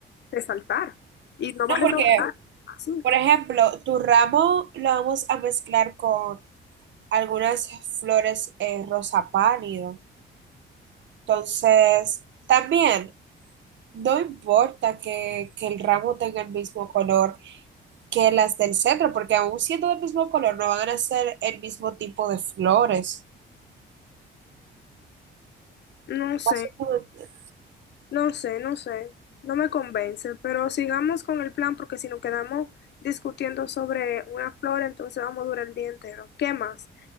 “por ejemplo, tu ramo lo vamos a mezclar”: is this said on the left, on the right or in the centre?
Right